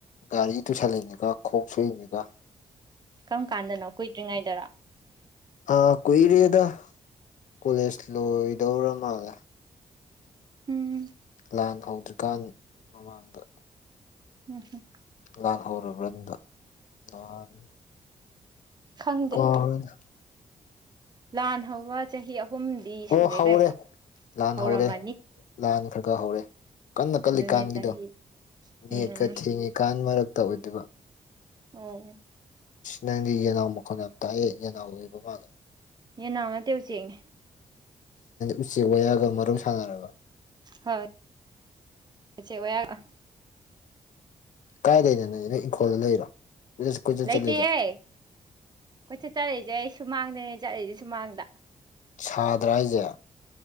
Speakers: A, on the left; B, on the right.
A: ꯒꯥꯔꯤ ꯇꯨꯁꯜꯂꯤꯅꯤꯕ ꯈꯣꯡ ꯁꯣꯛꯏꯅꯤꯕ
B: ꯀꯔꯝ ꯀꯥꯟꯗꯅꯣ ꯀꯨꯏꯗ꯭ꯔꯤꯉꯩꯗꯔꯣ
A: ꯑꯥ ꯀꯨꯏꯔꯦꯗ ꯀꯣꯂꯦꯖ ꯂꯣꯏꯗꯧꯔ ꯃꯥꯜꯂꯦ
B: ꯎꯝ
A: ꯂꯥꯟ ꯍꯧꯗ꯭ꯔꯤꯀꯥꯟ ꯃꯃꯥꯡꯗ
B: ꯎꯝ ꯍꯨꯝ
A: ꯂꯥꯟ ꯍꯔꯕꯔꯅꯦ ꯑꯗꯣ ꯅꯍꯟ
B: ꯈꯪꯗꯦ
A: ꯀꯥꯎꯔꯦꯗ
B: ꯂꯥꯟ ꯍꯧꯕ ꯆꯍꯤ ꯑꯍꯨꯝꯗꯤ
A: ꯑꯣ
B: ꯁꯨꯔꯦ
A: ꯍꯧꯔꯦ
B: ꯀꯩꯅꯣ
A: ꯂꯥꯟ
B: ꯍꯧꯔꯝꯃꯅꯤ
A: ꯍꯧꯔꯦ ꯂꯥꯟ ꯈ꯭ꯔ ꯈ ꯍꯧꯔꯦ ꯀꯟꯅ ꯀꯜꯂꯤꯀꯥꯟꯒꯤꯗꯣ
B: ꯑꯗꯨꯅꯦ ꯆꯍꯤ
A: ꯅꯦꯠꯀ
B: ꯎꯝ
A: ꯊꯦꯡꯉꯤꯀꯥꯟ ꯃꯔꯛ ꯇꯧ ꯑꯣꯏꯗꯨꯕ
B: ꯎꯝ
A: ꯅꯪꯗꯤ ꯌꯦꯅꯥꯎ ꯃꯈꯣꯟ ꯌꯥꯝ ꯇꯥꯏꯑꯦ ꯌꯦꯅꯥꯎ ꯑꯣꯏꯕ ꯃꯥꯜꯂꯦ
B: ꯌꯦꯟꯅꯥꯎ ꯅꯠꯇꯦ ꯎꯆꯦꯛꯅꯦ
A: ꯎꯆꯦꯛ ꯋꯥꯌꯥꯒ ꯃꯔꯨꯞ ꯁꯥꯟꯅꯔꯕ
B: ꯍꯣꯏ ꯎꯆꯦꯛ ꯋꯥꯌꯥꯒ ꯑ
A: ꯀꯥꯏ ꯂꯩꯅꯣ ꯅꯩꯗꯤ ꯅꯣꯏ ꯏꯪꯈꯣꯜꯗ ꯂꯩꯔꯣ ꯀꯣꯏꯆꯠ ꯀꯣꯏꯆꯠ
B: ꯂꯩꯇꯦꯍꯦ
A: ꯆꯠꯂꯤꯗꯣ
B: ꯀꯣꯏꯆꯠ ꯆꯠꯂꯤꯖꯁ ꯑꯩ ꯁꯨꯃꯥꯡꯗꯅꯦ ꯆꯠꯂꯤꯖꯦ ꯁꯨꯃꯥꯡꯗ
A: ꯁꯥꯗ꯭ꯔꯥ ꯍꯥꯏꯖꯦ